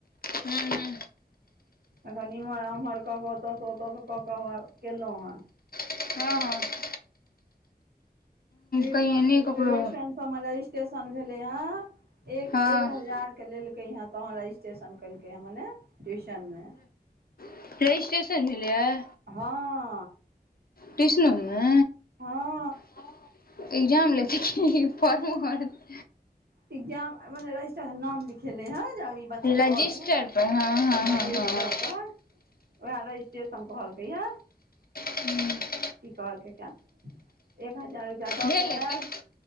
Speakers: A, on the left; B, on the right.
A: हू हू
B: एखन इम्हर ओम्हर कऽ के ओतऽ स ओतऽ स‌ कऽ के कलौ हे
A: हँ ह
B: ट्य
A: कहियै
B: ट्यूशन
A: नहि ककरो
B: सब मे रजिस्ट्रेशन भेले ह एक
A: हँ
B: एक हजार के लेलक हँ तोहन रजिस्ट्रेशन केलकै हे मने ट्यूशन मे
A: रजिस्ट्रेशन भेलैए
B: हँ
A: ट्यूशन मे
B: हँ
A: <unintelligible>
B: इगजाम‌ आब बला अछि। तहन नाम लिखेले हे जे आब ई बच्चा
A: रजिस्टर
B: पढ़त
A: पर हँ हँ हँ
B: ह रजिस्टर
A: हँ हँ
B: पर वै रजस्टेशन कहलकै यै
A: हूँ
B: की कहलकै कियाने एक हजार रुपआ द
A: भेल
B: के
A: हेतै
B: ऐल